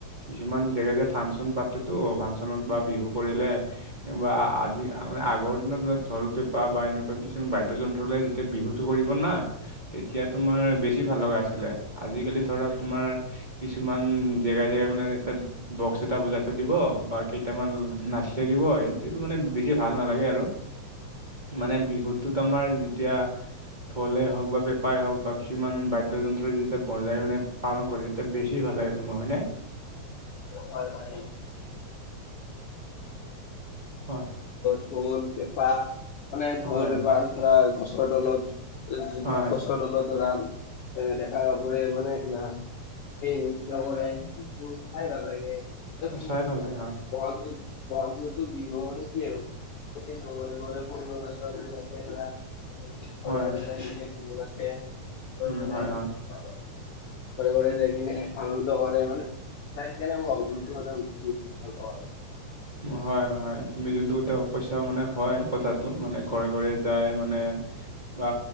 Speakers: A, on the right (about 25°); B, on the left (about 70°).
A: কিছুমান জেগা যে ফাংচন পাতেতো, ফাংচনত বা বিহু কৰিলে। বা আজি, আগৰ দিনত ঢোল-পেপা বা এনেকুৱা কিছুমান বাদ্যযন্ত্ৰ লৈ এতিয়া বিহুটো কৰিব না। তেতিয়া তোমাৰ বেছি ভাল লগা আছিলে, আজিকালি ধৰা তোমাৰ কিছুমান জেগাই জেগাই মানে, বক্স এটা বজাই থৈ দিব বা কেইটামান নাচি থাকিব। সেইটো মানে বেছি ভাল নালাগে আৰু। মানে বিহুটোত আমাৰ যেতিয়া ঢলে হওক বা পেঁপাই হওক বা, কিছুমান বাদ্যযন্ত্ৰ যেতিয়া বজাই মানে পালন কৰে, তেতিয়া বেছি ভাল লাগে তোমাৰ হয়নে।
B: হয় হয়
A: হয়
B: ঢোল পেঁপা মানে
A: হয়
B: ঢোল পেঁপা আৰু ধৰা গছৰ তলত
A: হয়
B: গছ গছৰ তলত ধৰা ডেকা গাভৰুয়ে মানে না সেই নৃত্য কৰে চাই ভাল লাগে এ
A: চাই ভাল লাগে হয়
B: বহাগ বিহুত বহাগ বিহুটোত বিহু মানে কি আৰু গোটেই ঘৰে ঘৰে সৰু লৰা ছোৱালী বিলাকে ধৰা ঘৰে
A: হয়
B: ঘৰে যাই কিনে বিহু নাছে তেওঁলোকৰ
A: উম
B: মানে
A: হয়
B: ঘৰে
A: হয়
B: ঘৰে যাই কিনে আনন্দ কৰে মানে। চাই কেনে মানে বহুত ভাল পাও আৰু
A: হয় হয় তুমি যোনটো এতিয়া কৈছা মানে হয় কথাটো মানে ঘৰে ঘৰে যাই মানে বা